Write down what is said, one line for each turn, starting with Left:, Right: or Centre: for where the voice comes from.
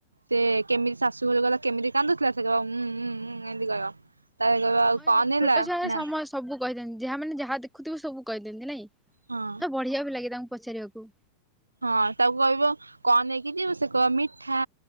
Right: ସେ କେମିତି ଶାଶୁ ବୋଲି ଗଲେ କେମିତି କାନ୍ଦୁଥିଲା ସେଁ କହିବ ଉଁ ଉଁ ଉଁ ଉଁ ଏମିତି କହିବ। ତାପରେ କହିବ ଆଉ
Centre: ହଁ
Right: କଣ
Centre: ଏ
Right: ନେଲା
Centre: ଛୋଟ ଛୁଆରେ
Right: ନା
Centre: ସମ ସବୁ କହିଥାନ୍ତି ଯାହା ମାନେ ଯାହା ଦେଖୁଥିବେ ସବୁ କହିଥାନ୍ତି ନାଇଁ।
Right: ହଁ।
Centre: ତ ବଢିଆ ବି ଲାଗେ ତାଙ୍କୁ ପଚାରିଆକୁ।
Right: ହଁ ତାକୁ କହିବ କଣ ନେଇକି ଯିବ ସେ କହିବ ମିଠା।